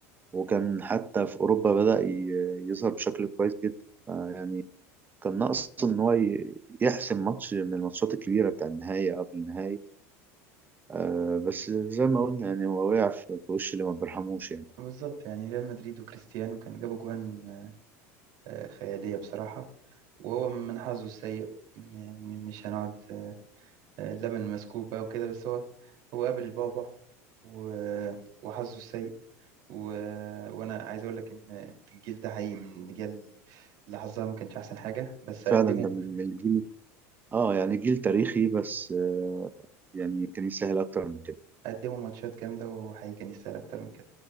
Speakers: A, on the right; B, on the right.
A: وكان حتى في أوروبا بدأ ي- يظهر بشكل كويس جدا آه، يعني كان ناقص إن هو ي- يحسم ماتش من الماتشات الكبيرة بتاع النهائي قبل النهائي آه، بس زي ما قلنا يعني هو وقع في في وش اللي ما بيرحموش يعني
B: بالظبط يعني ريال مدريد وكريستيانو كان جابوا جوان آه، خيالية بصراحة وهو من حظه السيء م- م- مش هنقعد آه، اللبن مسكوب بقى وكده بس هو هو قابل البعبع و- وحظه السيء و... وأنا عايز أقول لك إن الجيل ده حقيقي من الأجيال اللي حظها ما كانش أحسن حاجة بس قدموا
A: فعلا ده من من الجيل اه يعني جيل تاريخي بس آه، يعني كان يسهل أكتر من كده
B: قدموا ماتشات جامدة وحقيقي كان يستاهل أكتر من كده